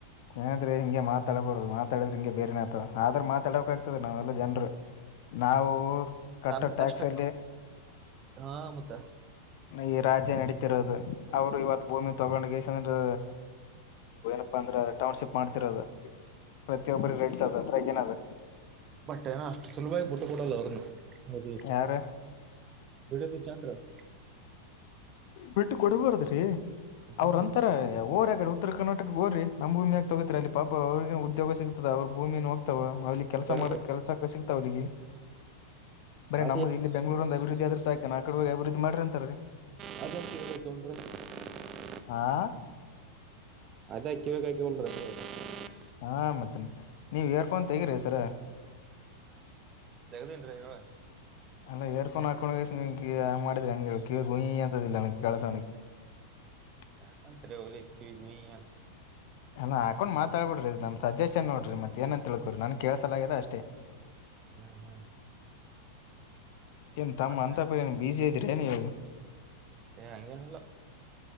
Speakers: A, on the left; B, on the right.
A: ಏನಾದ್ರೆ ಹಿಂಗೆ ಮಾತಾಡಬಾರದು ಮಾತಾಡಿದ್ರೆ ಹಿಂಗೆ ಬೇರೆೇ ಆತ ಆದ್ರ ಮಾತಾಡಬೇಕಾ ಗತದ ಆಗ್ತದೆ ನಾವೆಲ್ಲಾ ಜನ್ರು ನಾವು ಕಟ್ಟೋ
B: ನನ್
A: ಟ್ಯಾಕ್ಸ್
B: ಕಷ್ಟ
A: ಅಲ್ಲಿ
B: ಹಾ ಮುತ್ತ
A: ಈ ರಾಜ್ಯ ನಡೀತಿರೋದು ಅವ್ರು ಇವತ್ತು ಭೂಮಿ ತಗೊಂಡ ಕೇಶಿಂದ್ರ ಏನಪ್ಪಾ ಅಂದ್ರೆ ಟೌನ್ಶಿಪ್ ಮಾಡ್ತಿರೋದು ಪ್ರತಿಯೊಬ್ಬ್ರ ರೇಟ್ಸ್ ಅದ ಅದ್ರಾಗ ಏನದ
B: ಬಟ್ಟೆ ಏನ ಅಷ್ಟು ಸುಲಭವಾಗಿ ಬಿುಟ್ಟ ಕೊೂಡಲ್ಲ ಅವ್ರನು ಹೌದಿಲ್
A: ಯಾರ
B: ಬಿಡದ <unintelligible>
A: ಬಿಟ್ಟು ಕೊಡ್ಬಾರದ್ರಿ
B: ಹ್ಮ್
A: ಅವ್ರ ಅಂತರ ಹೋರಿ ಅಕಡೆ ಉತ್ತರ ಕರ್ನಾಟಕಕ ಹೋರ್ರಿ ನಮಭೂಮಿಯಾಕ ತಗೋತರಿ ಅಲ್ಲಿ ಪಾಪ ಅವ್ರರಿಗೆ ಉದ್ಯೋಗ ಸಿಗ್ತದ ಅವ್ರ ಭೂಮಿ ಹೋಗ್ತಾವ ಅಲ್ಲಿ ಕೆಲಸ
B: ಬರೋಬರ್
A: ಮಾಡ ಕೆಲಸಕ್ಕೆ ಸಿತ ಅವ್ರಿಗೆ ಬರೆ
B: ಅದು
A: ನಮ್ದು ಇಲ್ಲಿ ಬೆಂಗಗಳೂಂದ ಅಭಿವೃದ್ಧಿ ಆದ್ರೆ ಸಾಕ ನ ಆ ಕಡೆೋಗಿ ಅಭಿವೃದ್ಧಿ ಮಾಡ್ರಿ ಅಂತರೀ
B: <inaudible>
A: ಆ
B: ಅದ <inaudible>
A: ಹಾ ಮತ್ತನ್ ನೀವ್ ಇಯರ್ಫೋನ್ ತೆಗಿರಿ ಸರ
B: ತೆಗದೇನ್ರೀ ಹೇಳ
A: ಅಲ್ಲ ಇಯರ್ಫೋನ್ ಹಾಕೊಂಡ್ ಕೇಶಿಂದ ಮಾಡಿದ್ರಿ ಹಂಗ ಕ ಗುಯಿ ಅಂತದಿಲ್ಲ ನಗ್ ಕಳಸನಿಗೆ <inaudible>
B: ಹಕಂತರೆ ಒಳ ಕಿವಿ ಗುಯಂತ
A: ಅಲ್ಲ ಹಾಕೊಂಡ್ ಮಾತಾಡ್ಬಿಡ್ರಿ ನನ್ನನ್ ಸಜೆಷನ್ ನೋಡ್ರಿ ಮತ್ತ ಏನಂತ ತಿಳ್ಕೋರಿ ನನ್ ಕೇಳಸಲಾಗೆದ ಅಷ್ಟೇ
B: ಹ್ಮ್ ಹ್ಮ್
A: ಏನ್ ತಮ್ಮ
B: ಮತ್ತ
A: ಅಂತ ಪರಿ ಏನ್ ಬೀಜಿ ಅದಿರೇನ್ ನೀವ್
B: ಹೇ ಅಂಗೆನೀಲ್ಲ